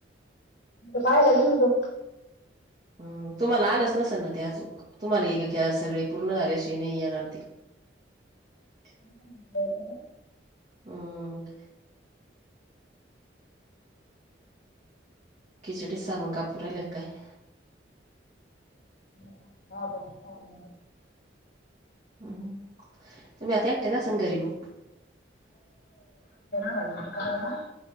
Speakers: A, on the left (about 65°); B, on the right (about 40°).
A: पायला तनू त
B: हम् तुम्हाला आलंच नस ना ते अजूक तुम्हाला ए एख्या सगळे पूर्ण झाल्याशिवा नाही येणार ते <unintelligible>
A: <unintelligible>
B: हम्म क जेडी सामंगपूरा ललेका आहे.
A: <unintelligible>
B: हम् तर मी आता एकट्या द सं गरी म
A: भाई ह ना.